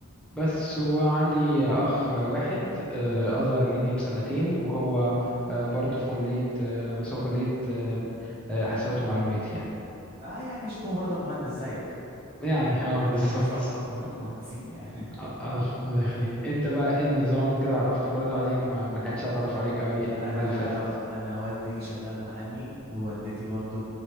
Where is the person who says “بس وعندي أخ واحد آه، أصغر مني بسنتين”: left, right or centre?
Centre